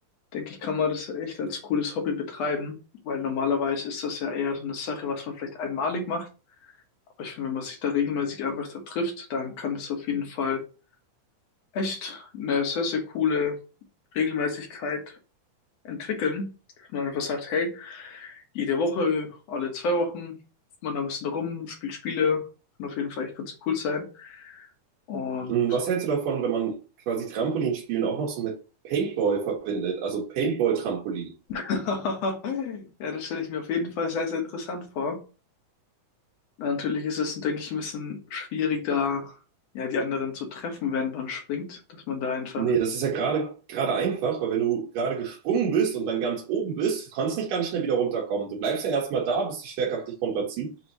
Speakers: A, on the left; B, on the right.
A: denke ich, kann man das echt als cooles Hobby betreiben, weil normalerweise ist das ja eher so eine Sache, was man vielleicht einmalig macht. Aber ich finde, wenn man sich da regelmäßig einfach da trifft, dann kann das auf jeden Fall echt eine sehr, sehr coole Regelmäßigkeit entwickeln, dass man einfach sagt, hey, jede Woche, alle zwei Wochen, hüpft man da ein bisschen rum, spielt Spiele, kann auf jeden Fall echt ganz cool sein. Und
B: Hm, Was hältst du davon, wenn man quasi Trampolinspielen auch noch so mit Paintball verbindet? Also Paintball-Trampolin.
A: <laughs> ja, das stelle ich mir auf jeden Fall sehr, sehr interessant vor. Natürlich ist es, denke ich, ein bisschen schwierig, da ja die anderen zu treffen, während man springt, dass man da einfach,
B: Nee, das ist ja gerade gerade einfach, weil wenn du gerade gesprungen bist und dann ganz oben bist, du kannst nicht ganz schnell wieder runterkommen. Du bleibst ja erstmal da, bis die Schwerkraft dich runterzieht.